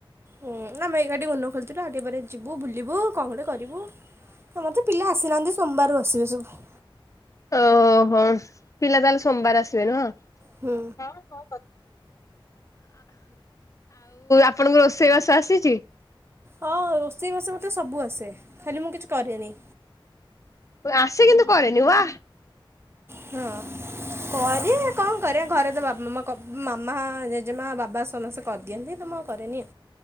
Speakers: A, on the right; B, on the left.
A: ହୁଁ ନା ମାଇ ଗାଡି ମନ ଖୋଲିଥିଲୁ ଆଡେ ବ ଯିବୁ ବୁଲିବୁ। କଣ ଗୋଟେ କରିବୁ, ଆମର ତ ପିଲା ଆସିନାହାନ୍ତି ସୋମବାରରୁ ଆସିବେ ସବୁ।
B: ଓହୋ ହୋ ପିଲା ତାହେଲେ ସୋମବାର ଆସିବେ ନୁହଁ।
A: ହୁଁ।
B: ଆଉ ଆପଣଙ୍କ ରୋଷେଇ ବାସ ଆସିଛି।
A: ହଁ ରୋଷେଇବାଷ ମୋତେ ସବୁ ଆସେ। ଖାଲି ମୁଁ କିଛି କରେନି।
B: ଆସେ କିନ୍ତୁ କରେନି ୱା।
A: ହଁ କରି କଣ କରିବା ଘରେ ତ ବାବା ମାମା କବ ମାମା ଜେଜେମା ବାବା ସମସ୍ତେ କରିଦିଅନ୍ତି ତ ମୁ ଆଉ ପରେ ନିଅ।